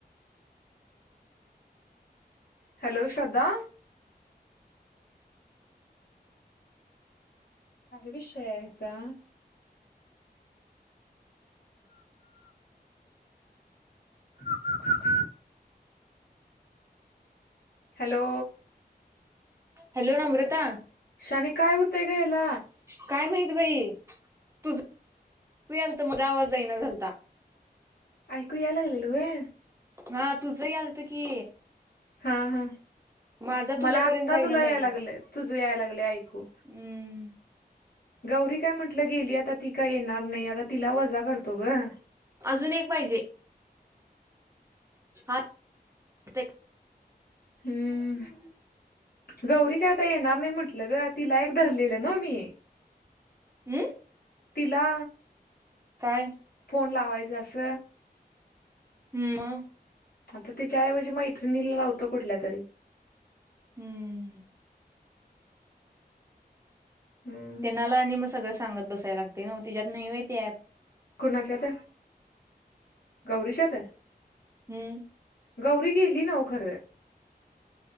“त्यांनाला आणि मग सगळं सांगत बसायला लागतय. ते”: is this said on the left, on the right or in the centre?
Right